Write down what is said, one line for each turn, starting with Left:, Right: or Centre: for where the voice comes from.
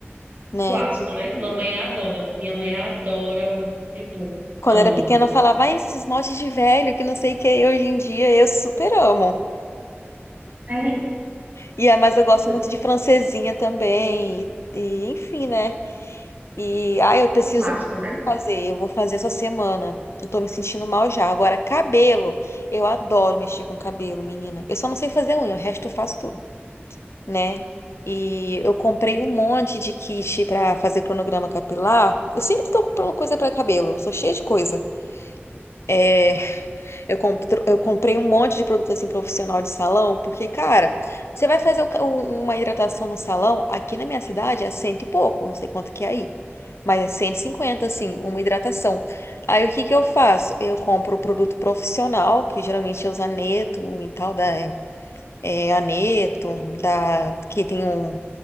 Left: né?
Right: Clássico, né? Mamãe adora. Minha mãe adora o rebu.
Left: Quando
Right: Ama.
Left: era pequena, eu falava, ai, esse esmalte de velho, que não sei o que. é." Hoje em dia, eu super amo.
Right: É.
Left: E, é, mas eu gosto muito
Right: <laughs>
Left: de francesinha também. E, e, enfim, né? E, ai, eu preciso
Right: O clássico, né?
Left: fazer. Eu vou fazer essa semana. Eu tô me sentindo mal já. Agora, cabelo. Eu adoro mexer com cabelo, menina. Eu só não sei fazer unha. O resto eu faço tudo. né? E eu comprei um monte de kit pra fazer cronograma capilar. Eu sempre tô comprando coisa pra cabelo, eu sou cheia de coisa. É, <laughs> eu, compro- eu comprei um monte de produto assim profissional de salão, porque, cara, você vai fazer o ca- um- uma hidratação no salão, aqui na minha cidade é cento e pouco, não sei quanto que é aí, mas é 150 assim, uma hidratação. Aí o que que eu faço? Eu compro o produto profissional, que geralmente é o Zaneto e tal, da é, aneto, da, que tem um,